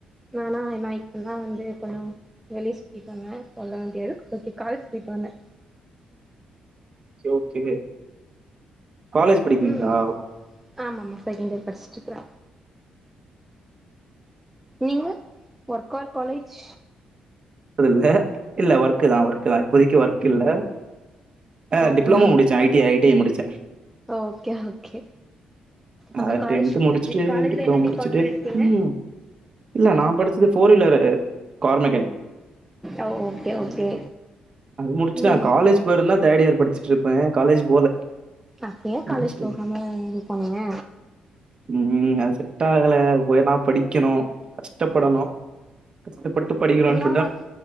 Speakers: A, in the centre; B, on the right (about 35°).
A: நானா நா இப்ப தா வந்து கொஞ்சோ வெளிய சுத்திட்டு வந்தே சொல்ல முடியாது ஒருத்தி காலேஜ் சுத்திட்டு வந்தே
B: செரி ஓகே காலேஜ் படிக்கிறீங்களா?
A: ம் ஆமாமா செகெண்ட் இயர் படிச்சுட்ருக்றா நீங்க ஒர்க் ஆர் காலேஜ்
B: அது இல்ல இல்ல ஒர்க்குதா ஒர்க்குதா இப்போதிக்கு ஒர்க்கு இல்ல ஆ
A: ஓகே
B: டிப்ளமோ முடிச்ச I T I T I முடிச்ச
A: ஓகே ஓகே அப்ப
B: அ
A: காலேஜ்
B: டென்த்து
A: முடிஞ்சு
B: முடிச்சுட்டு
A: காலேஜ்ல
B: டிப்ளமோ
A: என்ன
B: முடிச்சுட்டு
A: டிபார்ட்மெண்ட் எடுத்தீங்க
B: ம் இல்ல நா படிச்சது ஃபோர் வீலரு கார் மெக்கானிக்
A: அ ஓகே ஓகே
B: அது முடிச்சுட்ட
A: ம்
B: காலேஜ் போயிருந்தா தேர்ட் இயர் படிச்சுட்டு இருப்ப காலேஜ் போல
A: அப்பயே
B: இன்ட்ரெஸ்ட்
A: காலேஜ் போகாம
B: இல்ல.
A: இது போனீங்க
B: உம் அது செட் ஆகல போயனா படிக்கணோ கஷ்டப்படணோ கஷ்டப்பட்டு படிக்கறோன்டு
A: ஆமா